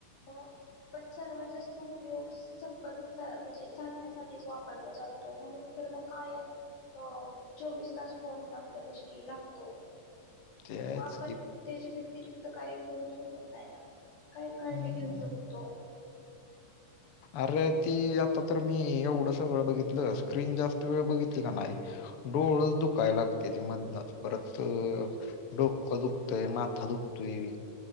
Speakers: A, on the left (about 85°); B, on the left (about 60°).
A: मग पण सर्वात जास्त उपयोग संपर्क म्हणजे साधण्यासाठीच वापरला जातो म्हणून तर मग कायम अ चोवीस चौवीस तास फोन आपल्या पाशी लागतो.
B: ते आहेच
A: मग आपण
B: की
A: त्याच्या व्यतिरिक्त काही करू शकत नाही ना. काय काळजी
B: हम्म.
A: घेऊ शकतो?
B: अरे ती आता तर मी एवढस वेळ बघितलं स्क्रीन जास्त वेळ बघितली का नाही डोळ दुखायला लागते ती म्हणताना परत डोकं दुखतय माथा दुखतोय